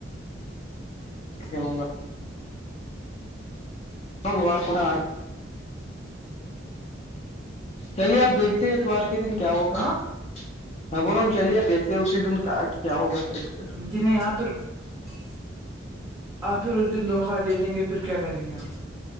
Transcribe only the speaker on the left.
کھیلوں گا تو جار کو <unintelligible> چلیے آپ دیکھتے اتوار <unintelligible> کنے دن کیا ہوگا
<unintelligible> ہ بورا چلیے دیکھتے اسی دن کہ کیا ہوگا دیکھتے